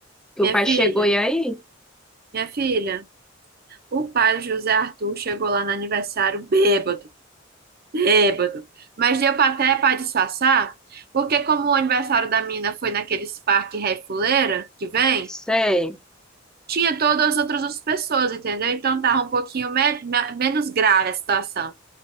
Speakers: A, in the centre; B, on the right.
A: Que
B: Minha
A: o pai
B: filha,
A: chegou e aí?
B: minha filha. O pai do José Arthur chegou lá no aniversário bêbado, bêbado. Mas deu pra até para disfarçar, porque como o aniversário da menina foi naqueles parque Ré Fuleira que vem,
A: Sei.
B: tinha todas as outras pessoas, entendeu? Então tava um pouquinho me- me- menos grave a situação.